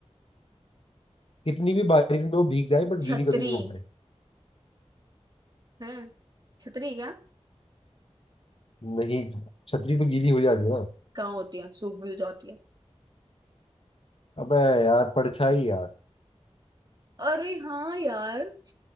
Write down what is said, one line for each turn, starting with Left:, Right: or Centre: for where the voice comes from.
Left: कितनी भी बारिश में वो भीग जाए बट गीली
Right: छतरी
Left: कभी नहीं हो पाए
Right: है छतरी क्या
Left: नहीं छतरी तो गीली हो जाती है ना
Right: कहाँ होती है सूख भी तो जाती है
Left: अबे यार परछाई यार
Right: अरे हाँ यार